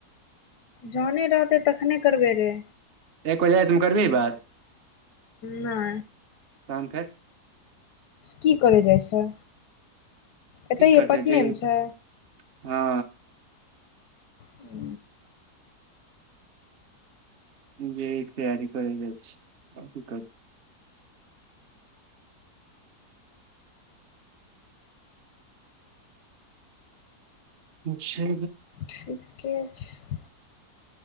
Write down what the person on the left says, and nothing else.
जहने रहतै तखने करबै रे।
नै
की करै जाइ छै। एतहिए
पटनेमे
छै हू।
ठीके छै।